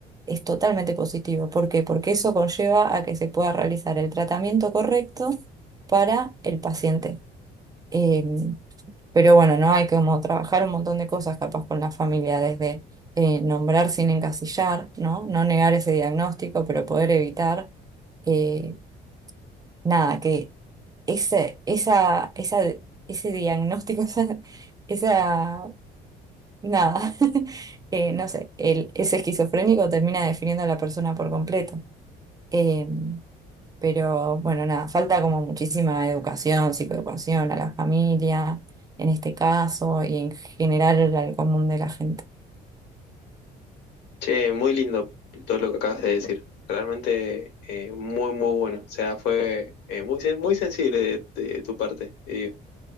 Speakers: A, on the right; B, on the left.
A: es totalmente positivo. ¿Por qué? Porque eso conlleva a que se pueda realizar el tratamiento correcto para el paciente. Eh, pero bueno, ¿no? Hay como trabajar un montón de cosas capaz con la familia, desde eh, nombrar sin encasillar, ¿no? No negar ese diagnóstico, pero poder evitar, eh, nada, que ese, esa, esa, ese diagnóstico, <laughs> esa, esa- nada, <laughs> eh, no sé, el, ese esquizofrénico termina definiendo a la persona por completo. Em, pero bueno, nada, falta como muchísima educación, psicoeducación a la familia, en este caso, y en general al común de la gente.
B: Che, muy lindo todo lo que acabas de decir. Realmente eh, muy, muy bueno. O sea, fue eh, muy, sen- muy sensible de, de tu parte. te digo.